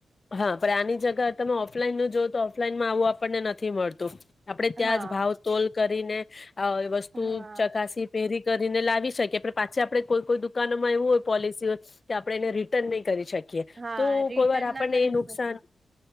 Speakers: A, on the left; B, on the right.
A: હા, પણ આની જગ્યા તમે ઓફલાઈન ન જો તો ઓફલાઈનમાં આવું આપણને નથી મળતું. આપડે ત્યાં
B: હા
A: જ ભાવ તોલ કરીને અ વસ્તુ
B: હા
A: ચકાસી પહેરી. કરીને લાવી શકીએ પણ પાછી આપણે કોઈ કોઈ દુકાનમાં એવું હોય પોલિસી હોય કે આપણે એને રિટર્ન નહીં કરી શકી. એ
B: હા
A: તો
B: રિટર્ન
A: કોઈ વાર આપ
B: ના
A: આપણને
B: કરી
A: એ નુકસાન,
B: શકું